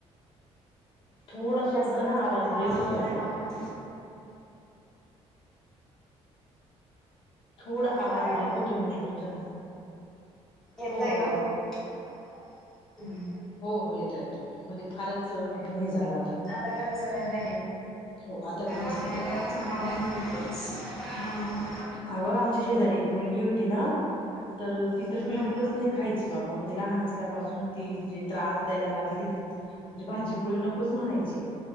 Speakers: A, in the centre; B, on the left.
A: म्हणजे
B: थोडास
A: असं
B: तुझा ना,
A: सगळ्या
B: आवाज
A: डाळ
B: ब्रेक होतोय
A: वगैरे
B: अग.
A: टाकून
B: थोडा
A: येतोय
B: आवाज
A: का आता?
B: ब्रेक होतोय म्हटलं तुझा
A: <inaudible> येतोय
B: हो हो
A: का? <inaudible> हम्
B: हो हो. येतोय, येतोय. मध्ये फारच हे झाला होता.
A: आता काय म सगळ्या जणी
B: हो आता
A: नेटवर्कचं
B: व्यवस्थित येतोय
A: प्रॉब्लेम होतोच हां हां.
B: अहो आमच्या शेजारी एक मुलगी होती न, तर ती तर
A: हम्म.
B: बिलकुलच नई खायची. बाबा म्हणजे लहान असल्यापासुन ती जे त्रास द्यायला लागली म्हजे भाजी् पोळी नकोच म्हणायची.